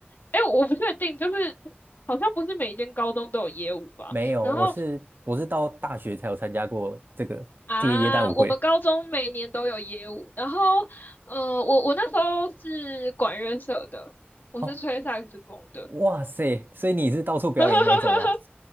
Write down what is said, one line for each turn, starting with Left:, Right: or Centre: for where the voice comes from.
Left: 哎，我不确定，就是好像不是每一间高中都有业务吧。
Right: 没有，
Left: 然后
Right: 我是我是到大学才有参加过这个这个耶诞舞会。
Left: <laughs> 啊，我们高中每年都有业务。然后呃，我我那时候是管乐社的，我是吹萨克斯风的。
Right: 哦，哇塞！所以你是到处表演那一种吗？
Left: <laughs>